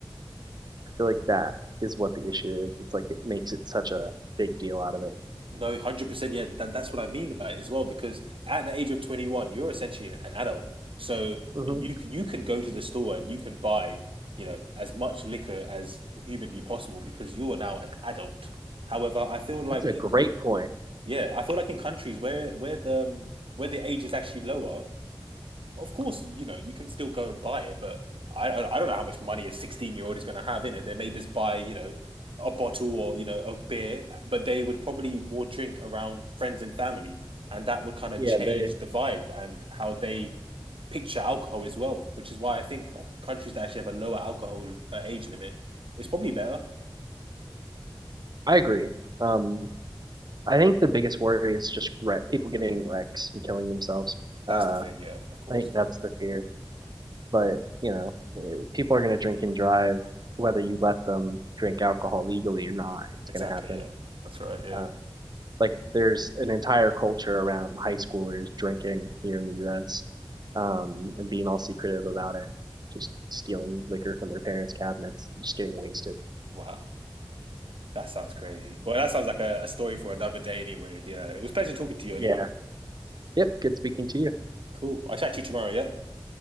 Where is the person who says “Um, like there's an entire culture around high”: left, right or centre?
Right